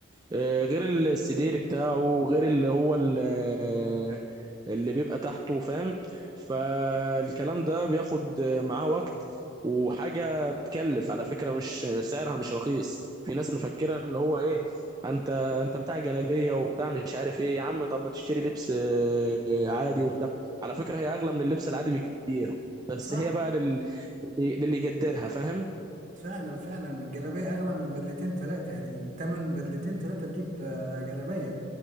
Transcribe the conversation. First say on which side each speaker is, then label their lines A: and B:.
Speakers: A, on the right; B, on the right.
A: آه، غير السدير بتاعه غير اللي هو ال- آه، اللي بيبقى تحته فاهم فالكلام ده بياخد آه، معاه وقت وحاجة بتكلف على فكرة مش سعرها مش رخيص في ناس مفكرة اللي هو ايه انت انت بتاع جلابية وبتاع مش عارف ايه يا عم طب ما تشتري لبس آه، آه، عادي وبتاع على فكرة هي اغلى من اللبس العادي بكتير بس
B: صح
A: هي بقى لل... للي للي يقدرها فاهم
B: فعلا فعلا الجلابية اغلى من بدلتين ثلاثة يعني بالتمن بدلتين ثلاثة تجيب آه، جلابية